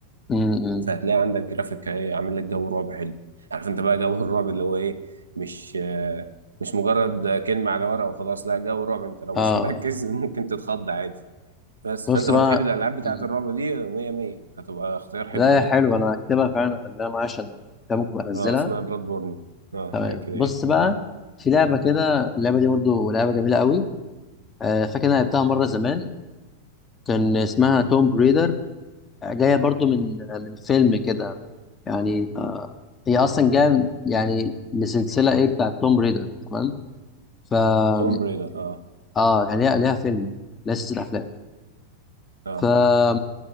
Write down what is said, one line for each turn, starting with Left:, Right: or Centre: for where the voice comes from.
Left: م -م.
Right: فهتلاقي عندك جرافيك ايه عامل لك جو رعب حلو عارف انت بقى جو <laughs> الرعب اللي هو ايه مش آه، مش مجرد كلمه على ورقه وخلاص لا جو رعب انت لو
Left: اه
Right: مش مركز <laughs> ممكن تتخض عادي بس
Left: بص
Right: فانت
Left: بقى
Right: لو بتحب الالعاب بتاعه
Left: م.
Right: الرعب دي مية مية هتبقى اختيار حلو
Left: لا
Right: يعني
Left: هي حلوة انا هكتبها فعلا اخليها معايا عشان كده ممكن أبقى انزلها
Right: اه اسمها بلاد بورن اه
Left: تمام
Right: حاجه كده
Left: بص
Right: يعني
Left: بقى في لعبة كده اللعبة دي برضو لعبة جميلة قوي آه فاكر انا لعبتها مرة زمان كان اسمها توم بريدر جاية برضو من من فيلم كده يعني آه، هي أصلا جاية يعني لسلسلة إيه بتاعت توم ريدر تمام فا
Right: <clears throat> توم بريدر اه
Left: آه يعني ليها ليها فيلم ليها سلسلة أفلام
Right: اه
Left: فأنت